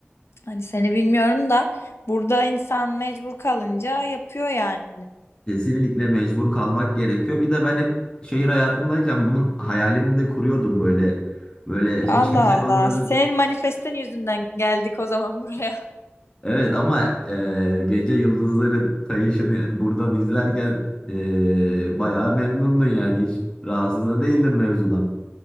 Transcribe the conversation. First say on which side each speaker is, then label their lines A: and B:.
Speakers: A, on the left (about 75°); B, on the left (about 20°).
A: Hani seni bilmiyorum da burada insan mecbur kalınca yapıyor yani.
B: Kesinlikle mecbur kalmak gerekiyor. Bir de ben hep şehir hayatındayken bunun hayalini de kuruyordum böyle. Böyle hiç
A: Allah
B: kimsenin
A: Allah.
B: olmadığı
A: Senin manifestin yüzünden geldik o zaman buraya.
B: Evet ama e, gece yıldızların kayışını buradan izlerken e, bayağı memnundun yani hiç rahatsız da değildin mevzudan.